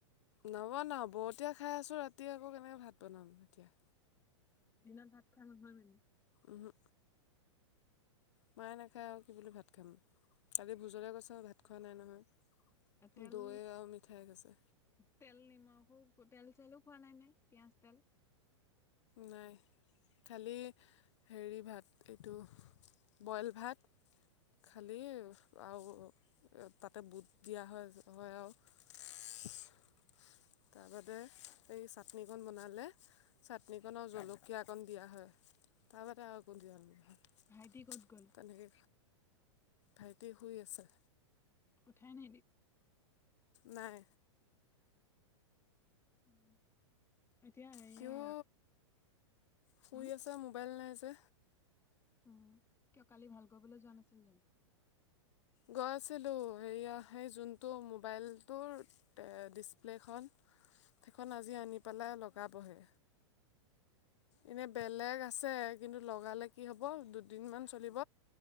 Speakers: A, on the left; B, on the left.
A: নবনাও বৰতীয়া খাই আছোঁ ৰাতি আকৌ কেনেকে ভাত বনাম, এতিয়া।
B: দিনত ভাত খোৱা নহয় মানে?
A: উহু, মায়ে নাখায় আৰু কি বুলি ভাত খাম। কালি ভোজলে গৈছ ভাত খোৱা নাই নহয়।
B: তেল।
A: দৈ আৰু মিঠাই খাইছে।
B: তেল, নিমখো, তেল চেলো খোৱা নাই নে পি‍ঁয়াজ, তেল।
A: নাই। কালি হেৰি ভাত এইটো বইল ভাত। খালী আৰু তাতে বুট দিয়া হয় হয় আৰু। <unintelligible> তাৰ বাদে এই চাটনিকণ বনালে, চাটনিকণত জলকীয়া অকণ দিয়া হয়। তাৰবাদে আৰু একো নিদিয়ে।
B: ভাইটি ক'ত গ'ল
A: তেনেকে ভাইটি শুই আছে।
B: উঠাই নিদি।
A: নাই।
B: <inaudible> এতিয়া এয়া
A: সিও শুই
B: উম
A: আছে, মোবাইল নাই যে।
B: উম' কিয় কালি ভাল কৰিবলৈ যোৱা নাছিল জানো।
A: গৈছিলোঁ সেইয়া সেই যোনটো মোবাইলটোৰ। ডিছপ্লেখন সেইখন আজি আনি পেলাই লগাবহে। এনে বেলেগ আছে, কিন্তু লগালে কি হ'ব দুদিনমান চলিব।